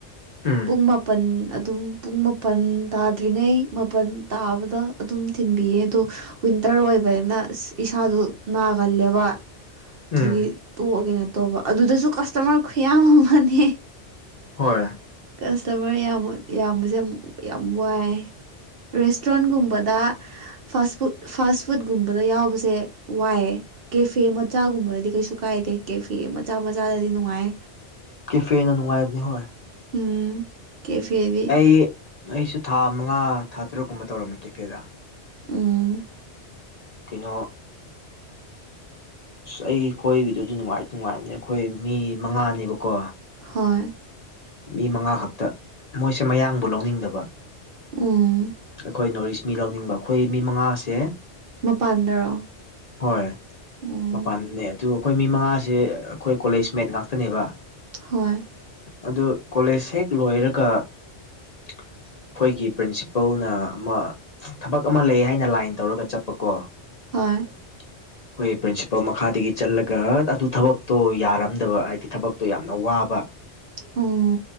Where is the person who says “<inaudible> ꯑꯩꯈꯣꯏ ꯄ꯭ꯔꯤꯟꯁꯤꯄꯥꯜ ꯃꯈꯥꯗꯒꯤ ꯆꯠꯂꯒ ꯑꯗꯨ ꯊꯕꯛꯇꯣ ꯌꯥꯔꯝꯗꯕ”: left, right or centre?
Left